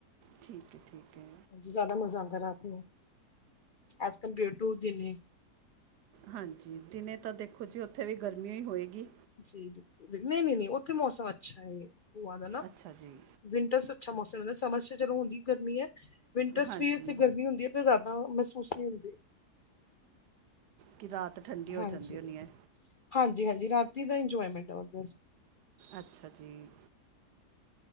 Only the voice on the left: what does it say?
ਜਾ਼ਦਾ ਮਜ਼ਾ ਆਂਦੈ ਰਾਤ ਨੂੰ, ਐਜ਼ ਕੰਪੇਅਰ ਟੂ ਦਿਨੇ।
ਜੀ, ਨਹੀਂ, ਨਹੀਂ, ਨਹੀਂ ਓਥੇ ਮੌਸਮ ਅੱਛਾ ਐ। ਗੋਆ ਦਾ ਨਾ
ਵਿੰਟਰਸ ਅੱਛਾ ਮੌਸਮ ਰਹਿੰਦਾ, ਸਮਰਸ ਚ ਚਲੋ ਦਿੱਕਤ ਨਹੀਂ ਐ। ਵਿੰਟਰਸ
ਵੀ ਉੱਥੇ ਗਰਮੀ ਹੁੰਦੀ ਐ, ਤੇ ਜਾ਼ਦਾ ਮਹਸੂਸ ਨੀ ਹੁੰਦੀ।
ਹਾਂਜੀ,
ਹਾਂਜੀ, ਹਾਂਜੀ ਰਾਤੀ ਦਾ ਇੰਜੋਏਮੈਂਟ ਆ ਓਧੱਰ।